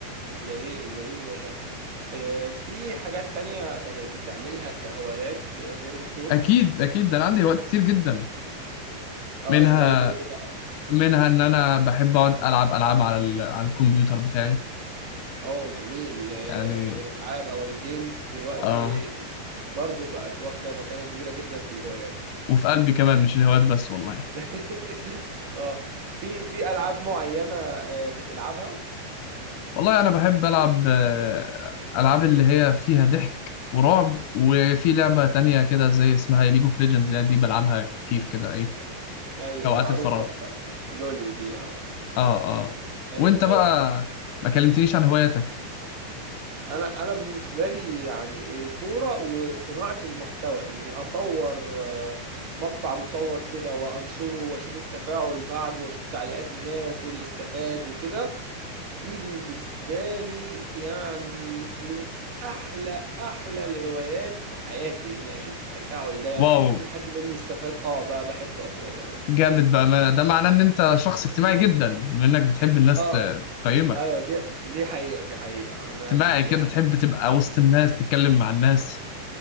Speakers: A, on the right; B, on the left.
A: جميل جميل والله آه، في حاجات تانية آه، بتعملها كهوايات آه، غير الكورة
B: اكيد اكيد ده انا عندي هوايات كتير جدا
A: اه
B: منها
A: زي ايه بقى
B: منها ان انا بحب اقعد العب العاب على ال- على الكمبيوتر بتاعي
A: اه جميل آه،
B: يعني
A: الالعاب او الجيمز دلوقتي
B: اه
A: برضو بقت واخدة مكانة كبيرة جدا في الهوايات
B: وفي قلبي كمان مش الهوايات بس والله
A: <laughs> اه في في العاب معينة آه، بتلعبها
B: والله انا بحب العب آه، العاب اللي هي فيها ضحك ورعب وفي لعبه تانية كده زي اسمها ليج اوف ليجندز يعني دي بلعبها كتير كده ايه
A: ايوه
B: اوقات
A: معروفة
B: الفراغ
A: لول دي اه
B: اه اه
A: ايوه
B: وانت بقى
A: ايوه
B: ما كلمتنيش عن هواياتك
A: انا انا بالنسبه لي يعني الكوره وصناعه المحتوى اني اصور آه، مقطع مصور كده وانشره واشوف التفاعل بعده واشوف تعليقات الناس واللي استفاد وكده دي بالنسبه لي يعني من احلى احلى الهوايات في حياتي اني اشوف التفاعل ده
B: واو
A: اشوف حد يقول لي استفاد اه بقى بحبه قوي قوي قوي يعني
B: جامد بأمانة ده معناه ان انت شخص اجتماعي جدا بانك بتحب الناس
A: اه
B: ت- تقيمك
A: ايوه دي دي حقيقه دي حقيقه انا
B: اجتماعي
A: اجتماعي
B: كده تحب تبقى وسط الناس تتكلم مع الناس